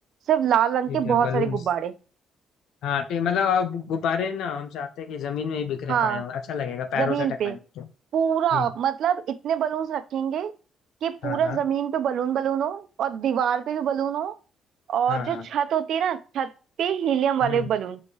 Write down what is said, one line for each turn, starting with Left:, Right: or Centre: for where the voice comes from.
Right: सिर्फ लाल रंग
Left: ठीक
Right: के
Left: है
Right: बहुत
Left: बलून
Right: सारे गुब्बारे
Left: हाँ ठीक मतलब अब गुब्बारे ना हम चाहते हैं कि जमीन में ही बिखरे
Right: हाँ
Left: पड़े हों अच्छा लगेगा पैरों
Right: जमीन
Left: से टकराएंगे
Right: पे
Left: तो
Right: पूरा
Left: जी
Right: मतलब इतने बलून्स रखेंगे कि पूरा
Left: हाँ हाँ
Right: जमीन पे बलून बलून हो और दीवार पे भी बलून हो और
Left: हाँ
Right: जो
Left: हाँ
Right: छत होती है ना छत पे हीलियम वाले
Left: हम्म
Right: बलून